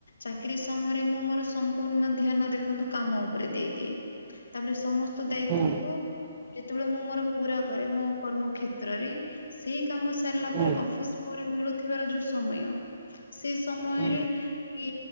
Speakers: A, on the left; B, on the right.
A: ଚାକିରି ସମୟରେ ମୁଁ ମୋର ସ ସମ୍ପୂର୍ଣ ଧ୍ୟାନ ଦେଖନ୍ତୁ କାମ ଉପରେ ଦେଇଦିଏ ତାପରେ ସମସ୍ତ ଦାୟିତ୍ଵକୁ
B: ହୁଁ
A: ଯେତୋଳେ ମୁଁ ମୋର ପୁରା କରେ ମୋ କର୍ମ କ୍ଷେତ୍ରରେ ସେଇ କାମ ସାରିଲା
B: ହୁଁ
A: ପରେ
B: ହୁଁ
A: ଅଫିସ୍ ପରେ ମିଳୁଥିବାର ଯୋଉ ସମୟ ସେ ସମୟରେ
B: ହୁଁ
A: କି